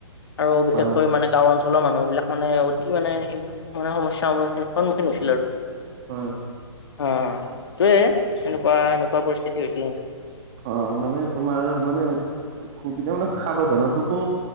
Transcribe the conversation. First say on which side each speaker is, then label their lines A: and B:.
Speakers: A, on the left (about 55°); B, on the right (about 30°).
A: আৰু বিশেষকৈ
B: হয়
A: মানে গাওৰ অঞ্চলৰ মানুহ বিলাক মানে অতি মানে সেই মানে সমস্যাৰ সন্মুখীন হৈছিল।
B: হয়।
A: আহ সেইটোৱেই এনেকুৱা -এনেকুৱা পৰিস্থিতি হৈছিল আৰু
B: অ মানে তোমাৰ মানে সুবিধা মানে সাৱধানটো